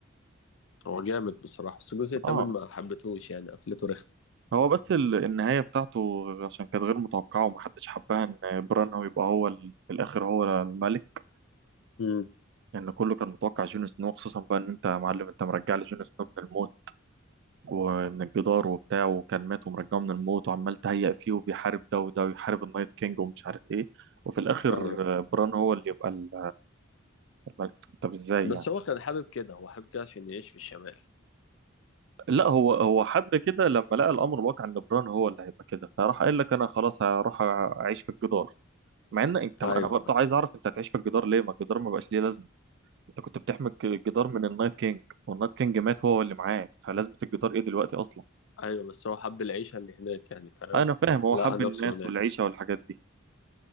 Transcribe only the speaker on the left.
هو جامد بصراحة بس الجزء التامن
ما حبيتهوش يعني قفلته رخم
امم
ايوه
بس
هو كان حابب كده هو حابب كده عشان يعيش في الشمال
ايوه
فاهم
ايوه بس هو حب العيشة اللي هناك يعني فاهم
لقى
نفسه
هناك